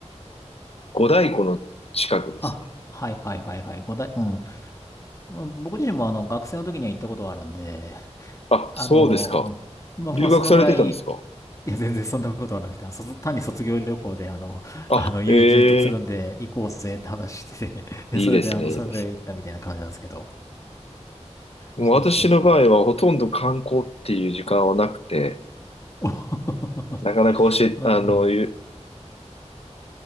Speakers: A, on the left; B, on the left.
A: 五大湖の近くですね。
B: あ、はいはいはいはい。五大、うん。うん僕自身もあの学生の時には行ったことはあるんで、
A: あ、
B: あの、
A: そうですか。
B: うんまあまあそのぐらい、
A: 留学されてたんですか
B: いや全然そんなことはなくて、あの卒単に卒業旅行であの、
A: あ、
B: あの友人とつるんで行こうぜって話してて、
A: へえ
B: <laughs> で、
A: いいですね、
B: それであの、それ行ったみたいな感じなんですけど。
A: いいですね。もう私の場合はほとんど観光っていう時間はなくて、
B: そうそうそう。お
A: なかなか教え、
B: <laughs> なるほど。
A: あの、ゆ